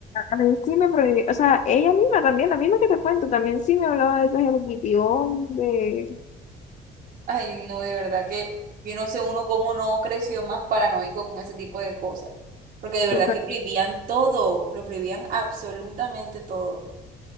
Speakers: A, on the left; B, on the right.
A: a mí sí me prohibió, o sea, ella misma también, la misma que te cuento, también sí me hablaba de esa Hello Kitty, hombre,
B: ay, no, de verdad que yo no sé uno cómo no creció más paranoico con ese tipo de cosas. Porque de verdad
A: loca,
B: que prohibían todo, lo prohibían absolutamente todo.